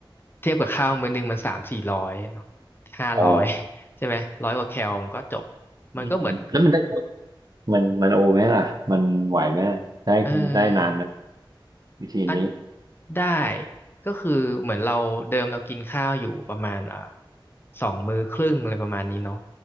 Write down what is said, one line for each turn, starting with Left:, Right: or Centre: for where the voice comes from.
Left: เทียบกับข้าวมื้อนึงมันสามสี่ร้อยเนาะห้าร้อย
Right: อ๋อ
Left: <laughs> ใช่ไหมร้อยกว่าแคลมันก็จบมันก็เหมือน
Right: อืมแล้วมันได้ผลมันมันโอไหมล่ะมันไหวไหมล่ะได้ได้นานไหม
Left: เออ
Right: วิธีนี้
Left: อัน ได้ก็คือเหมือนเราเดิมเรากินข้าวอยู่ประมาณอ่าสองมื้อครึ่งอะไรประมาณนี้เนาะ